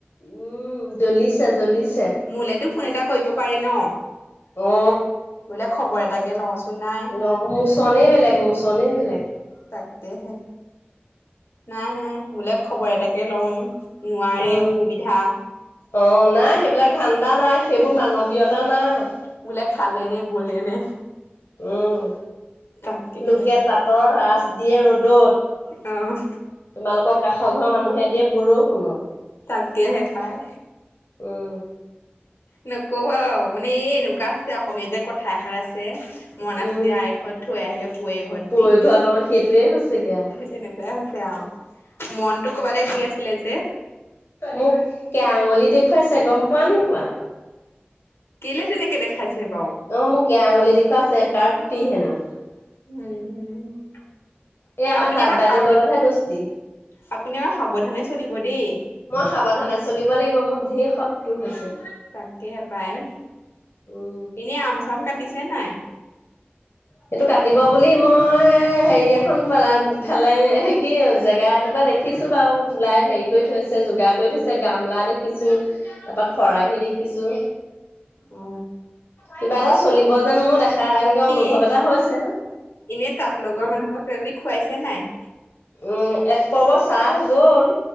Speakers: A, on the left (about 70°); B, on the left (about 85°).
A: উম জ্বলিছেজ্বলিছে
B: মোলেতো ফোন এটা কৰিব পাৰেি ন,
A: অ
B: বোলে খবৰ এটাকে লওঁচোন নাই
A: ল মোচনেই বেলেগ মোচনেই বেলেগ
B: তাক। কেহে নাই নাই মোলে খবৰ এটা পেলং নোৱাৰে
A: উম
B: অসুবিধা
A: অ' নাই সেইবিলাক ধান্দা নাই সেইবোৰ মানৱীয়তা নাই
B: বোলে খালে নে বলে নে
A: উম।
B: তাকেহে
A: লোকে তাঁতৰ ৰাচ দিয়ে ৰ'দত
B: অঁ
A: তোমালোকৰ কাষ ঘৰ ঘৰ মানুহিয়েদি বৰষুণত
B: তাকেহে পায়
A: উম
B: নকবা মানে এই এনেকুৱা হৈছে অসমীয়া যে কথা পিঠা সাৰ আছে মন
A: উম
B: আছে আ ঘৰত থৈ আহিবে পে ঘৰত
A: পৰিঘট
B: বুলি
A: অ' সেইটোৱে
B: স
A: হৈছেগে আৰু
B: তেনেকুৱাই হৈছে আৰু। মনটো কৰ'বালে দি আছিলে যে
A: মোক কে আঙুলি দেখুৱাইছে গম পোৱা নো পোৱা
B: কেলে তেনেকে দেখাইছে বাৰু
A: অ মোক কেয়া আঙুলিি দেখুৱা আছে। টিহেনো
B: উম
A: এই আমাৰ
B: আপুনি
A: তাঁত বাইদেউৰ
B: সাৱত
A: লগতহে দোস্তি
B: আপুনি অলপ সাৱধানে চলিব দেই
A: মই সাৱধানে চলিব লাগিব মোৰ ধেৰ সত টো হৈছে
B: তাকেহে পায়
A: উম।
B: এনে আম চাম কাটি পিছে নাই
A: সেইটো কাটিব বুলি মই হেৰি এখন পালাঠালেং এ কি জেগা এটুকুৰা দেখিছো বাৰু ।চুলাই হেৰি কৰি থৈছে যোগাৰ কৰি থৈছে গামলা দেখি দেখিছোঁ তাৰপৰা খৰাহি দেখিছোঁ
B: অ
A: কিবা এটা চলিব যেন মোৰ দেখা এনেকে অনুভৱ
B: এ
A: এটা হৈছে
B: এনে তাঁত লগোৱা
A: উম
B: মানুহবোৰক কিবা কিবি খুৱাইছে নাই।
A: উম এক পৰ্ব চাহ গ'ল